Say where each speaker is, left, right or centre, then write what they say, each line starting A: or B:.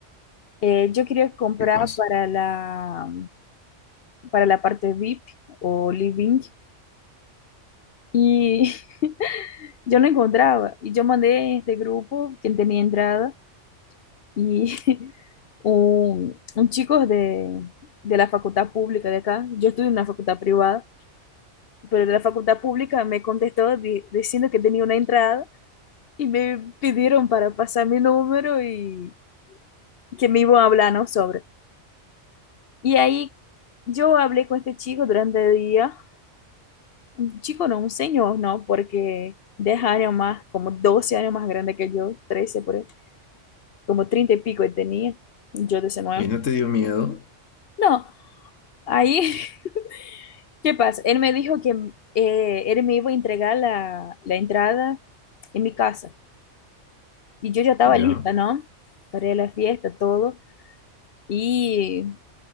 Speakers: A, on the left; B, on the left.
A: Eh, yo quería comprar
B: ¿qué pasa?
A: para la, para la parte VIP o living y <laughs> yo no encontraba. Y yo mandé en este grupo, quien tenía entrada, y <laughs> un, un chico de, de la facultad pública de acá, yo estudio en una facultad privada, pero de la facultad pública me contestó di- diciendo que tenía una entrada y me pidieron para pasar mi número y que me iba hablando Sobre. Y ahí yo hablé con este chico durante el día, un chico no, un señor, ¿no? Porque 10 años más, como 12 años más grande que yo, 13 por ahí, como 30 y pico él tenía, yo 19.
B: Y no te dio miedo,
A: No, ahí, <laughs> ¿qué pasa? Él me dijo que eh, él me iba a entregar la, la entrada en mi casa. Y yo ya estaba
B: ya.
A: lista, ¿no? Para ir a la fiesta, todo. Y